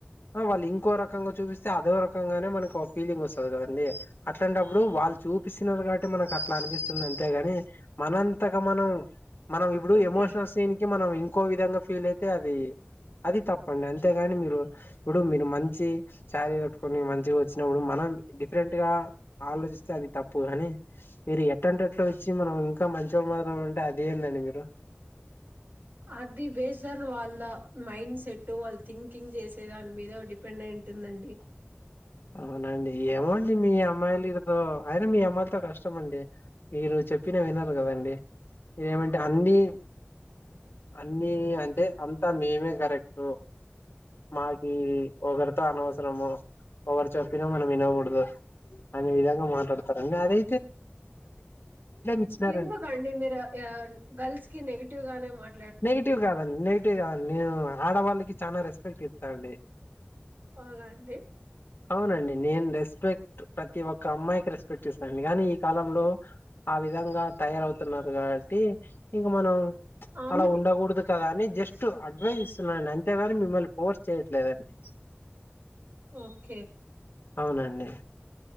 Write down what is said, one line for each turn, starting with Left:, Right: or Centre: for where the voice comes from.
Left: వాళ్ళు ఇంకో రకంగా చూపిస్త అదే రకంగానే మనకి ఫీలింగ్ వస్తుంది కదండి అట్లాంటప్పుడు వాళ్ళు చూపిస్తున్నారు కాబట్టి మనకు కట్లా అంతేగాని మనంతక మనం మనం ఇప్పుడు
Right: ఓకే
Left: ఎమోషనల్ సీన్ కి మనం ఒకో విధంగా ఫీల్ అయితే అది అది తప్పండి అంతేగాని మీరు ఇప్పుడు మీరు మంచి సారీ కట్టుకొని మంచిగా వచ్చినప్పుడు మనం డిఫరెంట్ గా ఆలోచిస్తే అది తప్పు కాగాని మీరు ఎట్ంటే ఎట్లా వచ్చి మనం ఇంకా మంచోళ్ళ మాత్రం ఉంటే అది ఏందండి మీరు
Right: అది బేస్డ్ అని వాళ్ళ మైండ్ సెట్ వాళ్ళ థింకింగ్ చేసే దాని మీద డిపెండ్ అంటుందండి
Left: అవునండి ఏమోండి మీ అమ్మాయిలు తో అయిన మీ అమ్మాయిలతో కష్టం అండి మీరు చెప్పినా వినరు కదండి ఇదమంటే అన్ని అన్ని అంటే అంతా మేమే కరెక్ట్ మాకి ఒకరితో అనవసరము ఎవరు చెప్పినా మనం వినకూడదు అనే విధంగా మాట్లాడతారు అన్న అదే ఇచ్చినారండి
Right: ఎందుకండి మీరు గర్ల్స్ కి నెగిటివ్ గానే మాట్
Left: నెగిటివ్ కాదండి నెగిటివ్ కాదండి నేను ఆడవాళ్ళకి చాలా రెస్పెక్ట్ ఇస్తాండి
Right: అవునా అండి
Left: అవునండి నేను రెస్పెక్ట్ ప్రతి ఒక్క అమ్మాయికి రెస్పెక్ట్ ఇస్తానుండి కానీ ఈ కాలంలో ఆ విధంగా తయారవుతున్నారు కాబట్టి ఇగ మనం
Right: ఆమెని
Left: అలా ఉండకూడదు కదా అని జస్ట్ స్ట్ అడ్వైస్ ఇస్తున్నాండి అంతేగాని మిమ్మల్ని ఫోర్స్ చేయట్లేదండి
Right: ఓకే
Left: అవునండి